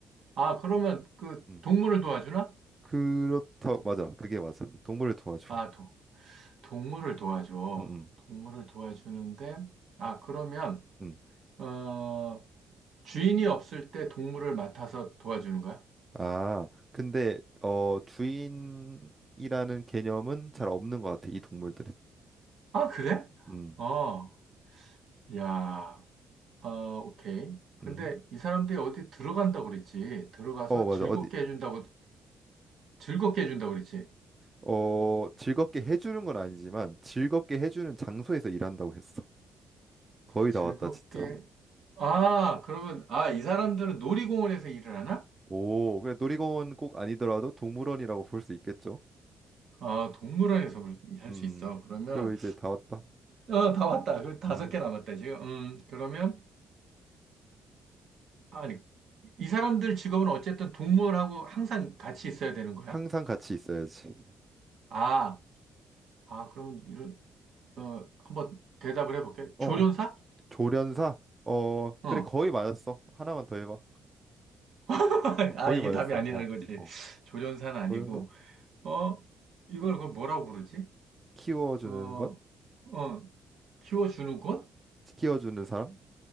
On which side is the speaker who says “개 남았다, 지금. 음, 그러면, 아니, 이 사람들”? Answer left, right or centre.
Right